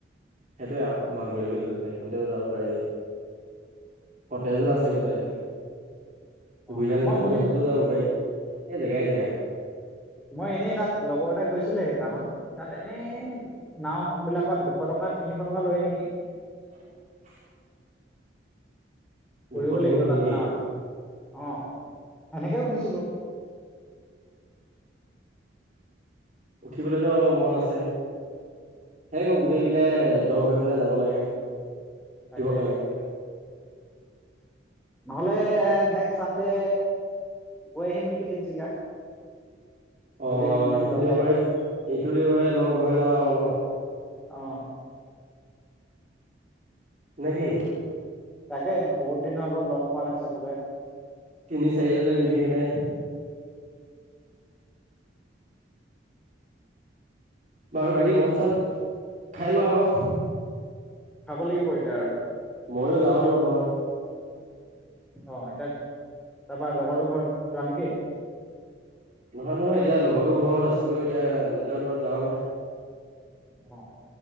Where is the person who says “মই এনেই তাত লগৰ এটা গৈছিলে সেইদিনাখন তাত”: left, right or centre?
Centre